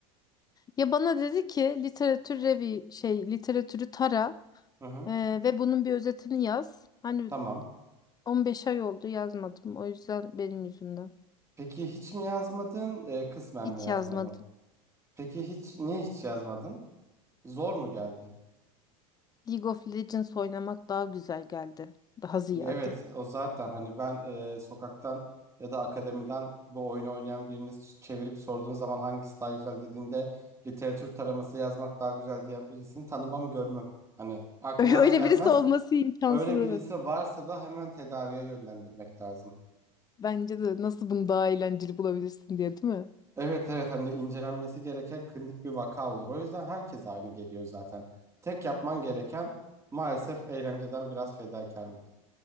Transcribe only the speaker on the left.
Ya bana dedi ki literatür revi şey literatürü tara
e, ve bunun bir özetini yaz. Hani
15 ay oldu yazmadım. O yüzden benim yüzümden.
Hiç
yazmadım.
League of Legends oynamak daha güzel geldi. Daha ziyade.
<laughs> Öyle
birisi olması imkansız
evet.
Bence de nasıl bunu daha eğlenceli bulabilirsin diye değil mi?